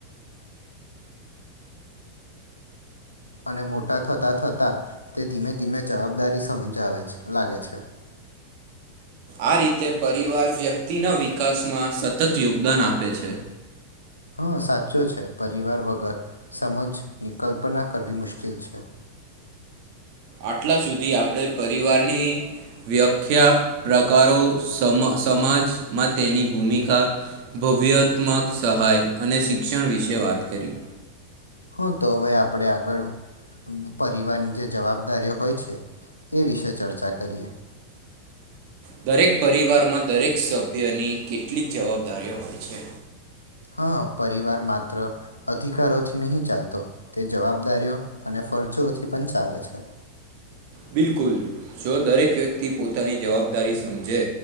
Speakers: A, on the left; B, on the right.
A: અને મોટા થતા થતા તે ધીમે ધીમે જવાબદારી સમજાવે લાગે છે <inaudible>
B: આ રીતે પરિવાર વ્યક્તિના વિકાસમાં સતત યોગદાન આપે છે
A: હા સાચો છે પરિવાર વગર સમજની કલ્પના કરવી મુશ્કેલ છે <inaudible>
B: આટલા સુધી આપણે પરિવારની વ્યાખ્યા પ્રકારો સમાજમાં તેની ભૂમિકા ભવ્યહત્મક સહાય અને શિક્ષણ વિશે વાત કરી
A: હા તો હવે આપણેે આગળ પરિવારની જે જવાબદારીઓ હોય છે એ વિશે ચર્ચા કરીએ <inaudible>
B: દરેક પરિવારમાં દરેક સભ્યની કેટલીક જવાબદારીઓ હોય છે
A: હા પરિવાર માત્ર અધિકારોથી નહી ચાલતો તે જવાબદારીઓ અને ફરજોથી પણ ચાલે છે
B: બિલકુલ જો દરેક વ્યક્તિ પોતાની જવાબદારી સમજે